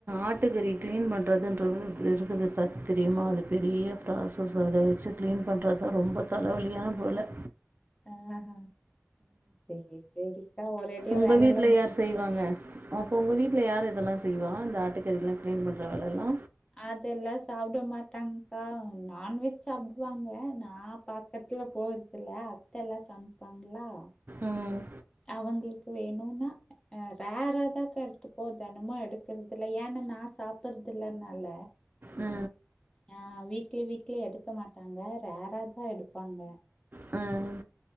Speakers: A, on the right; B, on the left.
A: ஆட்டுக்கறி கிளீன் பண்றதுன்றது இருக்குதுப்பார் தெரியுமா அது பெரிய ப்ராசஸ் அத வெச்சு க்ளீன் பண்றதுதா ரொம்ப தலைவலியான போல
B: ஆ ஹ செரி செரி அக்கா ஒரேடியா
A: உங்கள்
B: வேலை
A: வீட்ல
B: எல்லா முடிச்சுட்டீங்களா
A: யார் செய்வாங்க அப்போ உங்க வீட்ல யார் இதெல்லா செய்வா இந்த ஆட்டுக்கறி எல்லா க்ளீன் பண்ணுற வேலை எல்லா
B: அதெல்லா சாப்புட மாட்டாங்க்கா நான்வெஜ் சாப்புடுவாங்க நா பா பக்கத்துல போறது இல்ல அத்த எல்லா சமைப்பாங்களா
A: ம்
B: அவங்குளுக்கு வேணும்னா அ ரேரா தா அக்கா எடுத்துப்போ தினமோ எடுக்கறத இல்ல ஏன்னா நா சாப்பறது இல்லனால
A: ஆ
B: அ வீக்லி வீக்லி எடுக்க மாட்டாங்க ரேராதா உ எடுப்பாங்க
A: ம்